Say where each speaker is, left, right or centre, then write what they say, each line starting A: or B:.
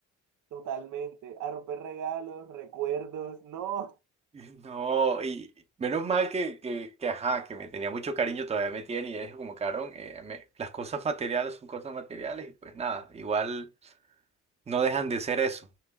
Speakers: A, on the right; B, on the right.
A: Totalmente. A romper regalos, recuerdos, no.
B: Y No, y menos mal que, que, que, ajá, que me tenía mucho cariño, todavía me tiene, y ya dijo como, cabrón, eh, me- las cosas materiales son cosas materiales, y pues nada, igual no dejan de ser eso.